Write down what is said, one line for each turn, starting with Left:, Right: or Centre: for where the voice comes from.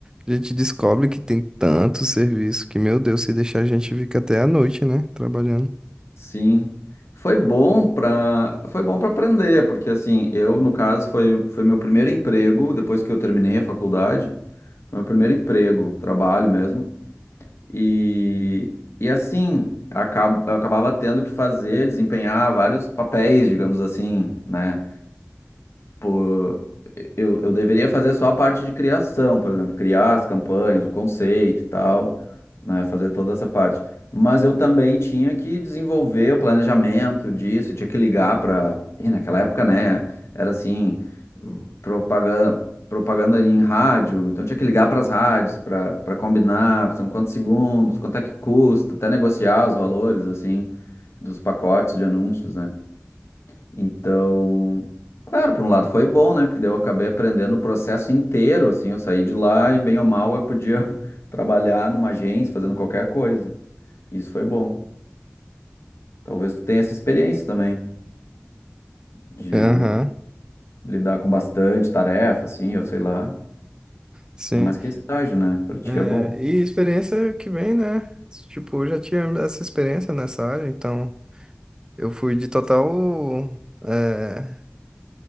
Right: a gente descobre que tem tanto serviço que, meu Deus, se deixar a gente fica até a noite, né? Trabalhando.
Left: Sim. Foi bom para foi bom para aprender, porque assim, eu no caso foi foi meu primeiro emprego depois que eu terminei a faculdade, foi meu primeiro emprego, trabalho mesmo. E, e assim, acab- eu acabava tendo que fazer, desempenhar vários papéis, digamos assim, né? Pô, eu, eu deveria fazer só a parte de criação, por exemplo, criar as campanhas, o conceito e tal, né? Fazer toda essa parte. Mas eu também tinha que desenvolver o planejamento disso, tinha que ligar para. E naquela época, né? Era assim, propaganda, propaganda em rádio, então tinha que ligar para as rádios para para combinar, são quantos segundos, quanto é que custa, até negociar os valores, assim, dos pacotes de anúncios, né? Então, claro, por um lado foi bom, né? Porque daí eu acabei aprendendo o processo inteiro, assim, eu saí de lá e bem ou mal eu podia <laughs> trabalhar numa agência, fazendo qualquer coisa. Isso foi bom. Talvez tu tenha essa experiência também de
Right: Aham,
Left: lidar com bastante tarefa, assim, eu sei lá.
Right: sim.
Left: Ainda mais que é estágio, né? Pra ti
Right: É,
Left: é bom.
Right: e experiência que vem, né? Tipo, eu já tinha essa experiência nessa área, então eu fui de total é,